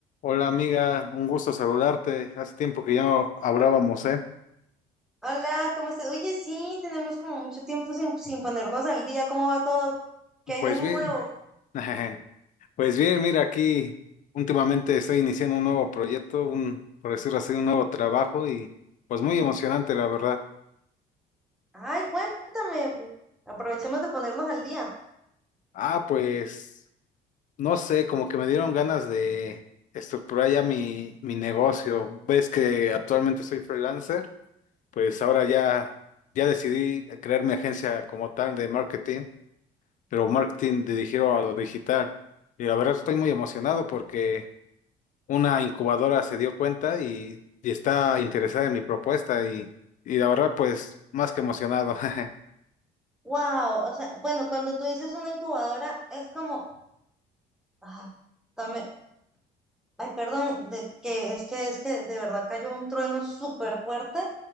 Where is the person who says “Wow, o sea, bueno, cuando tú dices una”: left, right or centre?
Centre